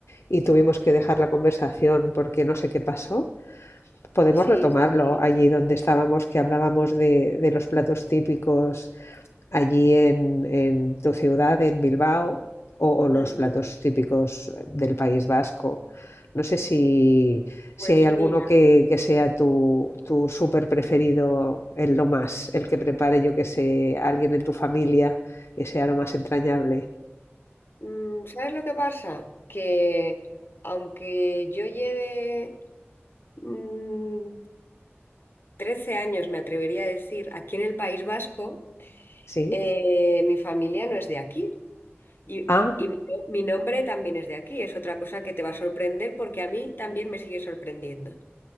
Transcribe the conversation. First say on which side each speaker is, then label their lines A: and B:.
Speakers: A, on the left; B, on the left.
A: y tuvimos que dejar la conversación porque no sé qué pasó? Podemos
B: sí,
A: retomarlo
B: sí, sí.
A: allí donde estábamos, que hablábamos de, de los platos típicos allí en, en tu ciudad, en Bilbao, o, o los
B: Ujú.
A: platos típicos eh, del País Vasco. No sé si,
B: Pues
A: si hay alguno
B: mira,
A: que, que sea tu, tu súper preferido, el lo más, el que prepare, yo que sé, alguien en tu familia, que sea lo más entrañable.
B: mm, ¿sabes lo que pasa? Que aunque yo lleve mm, 13 años, me atrevería a decir, aquí en el País Vasco,
A: ¿Sí?
B: eh, mi familia no es de aquí. Y,
A: Ah,
B: y mi, mi nombre también es de aquí. Es otra cosa que te va a sorprender porque a mí también me sigue sorprendiendo.